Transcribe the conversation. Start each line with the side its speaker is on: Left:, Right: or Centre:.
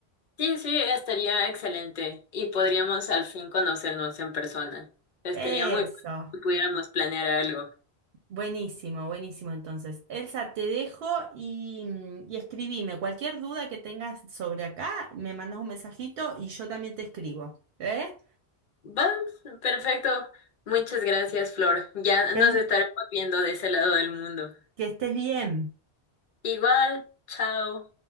Left: Sí, sí, estaría excelente. Y podríamos al fin conocernos en persona. Estaría
Right: Eso.
Left: muy bueno si pudiéramos planear algo.
Right: Buenísimo, buenísimo. Entonces, Elsa, te dejo y, mm, y escribime. Cualquier duda que tengas sobre acá, me mandas un mensajito y yo también te escribo, ¿eh?
Left: Va, perfecto. Muchas gracias, Flor. Ya
Right: Que,
Left: nos estaremos viendo de ese lado del mundo.
Right: que estés bien.
Left: Igual, chao.